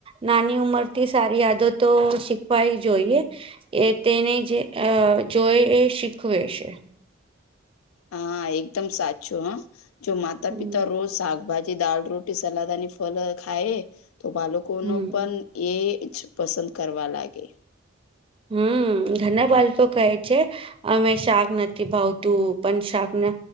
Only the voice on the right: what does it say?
નાની ઉમર થી સારી યાદો તો શીખવાય જોઈએ. એ તેને જે જોઈ એ શીખવે છે.
હમ
હમ
હમ ઘણા બાળપ કહે છે. અમે શાક નથી ભાવતું પણ શાકને,